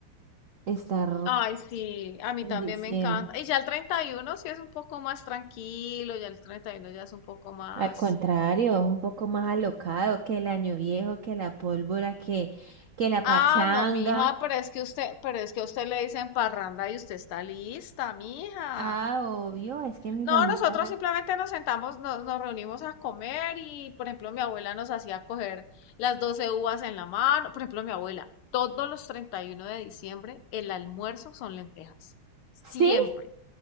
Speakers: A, on the right (about 70°); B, on the left (about 80°).
A: estar
B: Ay, sí, a mí
A: en
B: también
A: diciembre.
B: me encanta. Y ya el 31 sí es un poco más tranquilo, ya el 31 ya es un poco más...
A: Al contrario, es un poco más alocado que el año viejo, que la pólvora, que, que la pachanga.
B: Ah, no, mija, pero es que usted, pero es que a usted le dicen parranda y usted está lista, mija.
A: Ah, obvio, es que mi
B: No,
A: familia.
B: nosotros simplemente nos sentamos, nos, nos reunimos a comer y, por ejemplo, mi abuela nos hacía coger las 12 uvas en la mano. Por ejemplo, mi abuela, todos los 31 de diciembre, el almuerzo son lentejas. Siempre.
A: Sí,